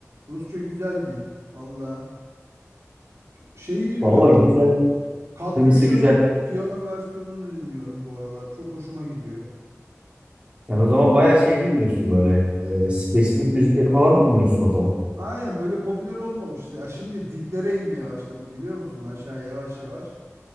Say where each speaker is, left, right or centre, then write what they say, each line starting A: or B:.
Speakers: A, on the right; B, on the right.
A: Rusça güzel dil. Valla. Şeyi dinliyorum.
B: Vallahi güzel.
A: Katyuşa'nın
B: Tınısı güzel.
A: piyano versiyonunu dinliyorum bu aralar. Çok hoşuma gidiyor.
B: Sen o zaman bayağı şey dinliyorsun böyle. Ee, spesifik müzikleri falan dinliyorsun o zaman.
A: Aynen böyle popüler olmamıştı. Ya şimdi diplere inmeye başladım biliyor musun? Aşağıya yavaş yavaş.